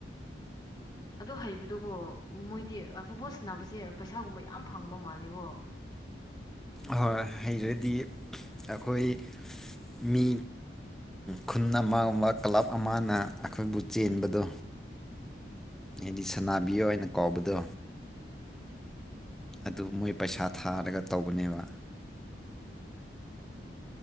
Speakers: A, on the left; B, in the centre.
A: ꯑ ꯍꯩꯕꯗꯨꯒꯣ ꯃꯣꯏꯗꯤ ꯐꯨꯠꯕꯣꯜ ꯅꯕꯁꯦ ꯄꯩꯁꯥꯒꯨꯝꯕ ꯌꯥꯝ ꯐꯪꯕ ꯃꯥꯜꯂꯦꯀꯣ
B: ꯍ ꯍꯩꯔꯗꯤ ꯑꯩꯈꯣꯏ ꯃꯤ ꯈꯨꯟ ꯑꯃꯒꯨꯝꯕ ꯀ꯭ꯂꯕ ꯑꯃꯅ ꯑꯩꯈꯣꯏꯕꯨ ꯆꯦꯟꯕꯗꯣ ꯍꯥꯏꯗꯤ ꯁꯅꯥꯕꯤꯌꯣ ꯑꯣꯏꯅ ꯀꯧꯕꯗꯣ ꯑꯗꯨ ꯃꯣꯏ ꯄꯩꯁꯥ ꯊꯥꯔꯒ ꯇꯧꯕꯅꯦꯕ